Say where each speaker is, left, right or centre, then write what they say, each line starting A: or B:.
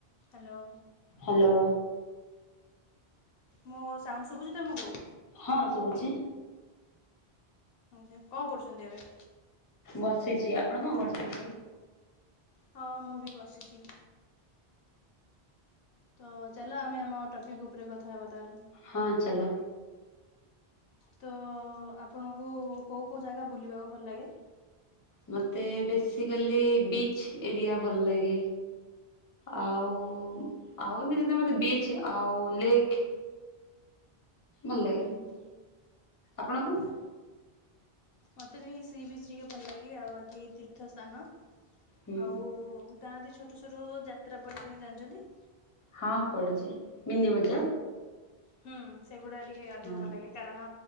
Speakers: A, on the left; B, on the left.
A: Hello.
B: Hello.
A: ମୋ sound ଶୁଭୁଛି ତମକୁ?
B: ହଁ ଶୁବୁଛି।
A: ଆଉଯେ କଣ କରୁଛନ୍ତି ଏବେ?
B: ବସିଛି। ଆପଣ କଣ କରୁଛନ୍ତି?
A: ହଁ ମୁଁ ବି ବସିଛି। ତ ଚାଲ ଆମେ ଆମ ଟପିକି ଉପରେ କଥା ହେବା ତାହେଲେ।
B: ହଁ ଚାଲ।
A: ତ ଆପଣଙ୍କୁ କେଉଁ କେଉଁ ଜାଗା ବୁଲିବାକୁ ଭଲ ଲାଗେ?
B: ମୋତେ ବେସିକାଲି ବିଚ୍ ଏରିଆ ଭଲ ଲାଗେ। ଆଉ ଆଉ ଏମିତି ମତେ ବିଚ୍ ଆଉ ଲେକ୍ ଭଲ ଲାଗେ
A: ହୁଁ ହୁଁ
B: ଆପଣଙ୍କୁ?
A: ମୋତେ ବି ସି ବିଚ୍ ଟିକେ ଭଲ ଲାଗେ ଆଉ ବାକି ତୀର୍ଥ ସ୍ଥାନ
B: ହୁଁ
A: ଆଉ ତା ବି ଛୋଟ ଛୋଟ ଯାତ୍ରା ପଡ଼ ପାଇଁ ଜାଣିଛନ୍ତି।
B: ହଁ ପଡ଼ିୁଛି ମିନି ବଜାର।
A: ହୁଁ ସେଗୁଡା ଟିକେ ଅଧିକ
B: ହଁ।
A: ଭଲ ଲାଗେ। କାରଣ